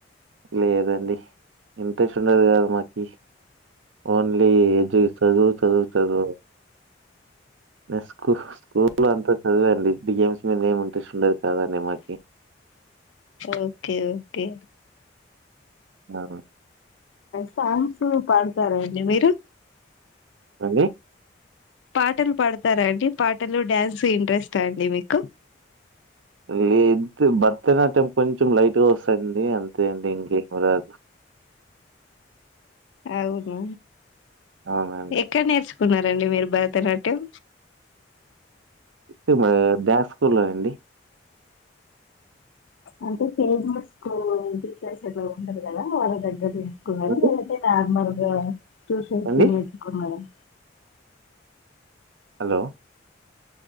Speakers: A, on the right; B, on the left.
A: లేదండి ఇంట్రెస్ట్ ఉండేది కాదు మాకి ఓన్లీ జి చదువు చదువు చదువు నే స్కూ స్కూల్లో అంత చదువే అండి గేమ్స్ మీద ఏం ఇంట్రెస్ట్ ఉండేది కాదండి మాకి
B: ఓకే ఓకే
A: నాను
B: సాంగ్స్ పాడుతారండి మీరు
A: అండి
B: పాటలు పాడతారాండి పాటలు, డ్యాన్స్ ఇంట్రెస్టా అండి మీకు
A: లేదు భరతనాట్యం కొంచెం లైట్గా వస్తాదండి అంతే అండి ఇంకేమి రాదు.
B: అవునా
A: అవునండి
B: ఎక్కడ నేర్చు కున్నారండి మీరు భరతనాట్యం
A: తూమే ద్యాస్ స్కూల్లో నా అండి
B: అంటే <unintelligible> కు టీచర్స్ ఎట్లా ఉండరు కదా వాళ్ళ దగ్గరకి కునేది
A: ఏంటి?
B: లేదంటే నార్మల్ <unintelligible> ట్యూషన్స్
A: అండి
B: నీ పెట్టుకోండి మేడమ్
A: హలో